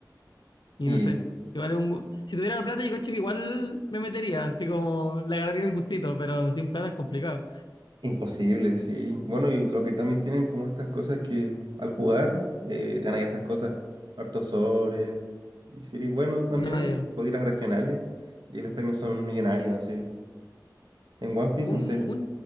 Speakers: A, on the left; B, on the right.
A: y
B: Y
A: no sé. Igual es un, gu- si tuviera la plata yo cacho que igual me metería, así como le agarraría el gustito, pero sin plata es complicado.
B: Imposible, sí. Bueno, y lo que también tienen como estas cosas que al jugar eh, ganáis estas cosas. Harto sobre. Y si eres bueno también,
A: No, ya.
B: podéis ir a regionales y los premios son millonarios, así. En One Piece,
A: Un,
B: no sé.
A: un,